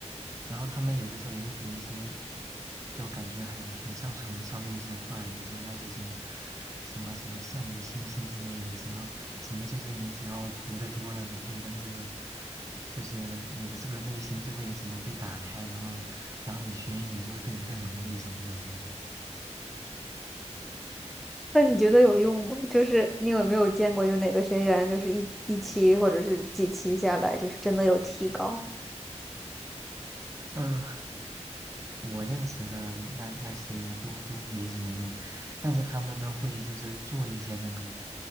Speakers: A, on the right (about 25°); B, in the centre.
A: 然后他们有的时候也会给一些，就感觉很很像传销的一些话语，就那些什么什么什么相由心生之类的，什么什么就是你只要读得多了，你可以跟这个，就是你的这个内心就会什么被打开，然后然后你学英语就会变得更容易什么什么的，
B: 那你觉得有用吗？就是你有没有见过，就哪个学员就是一一期或者是几期下来，就是真的有提高？
A: <laughs> 嗯我认识的那那些都都没什么用，但是他们呢会就是做一些那个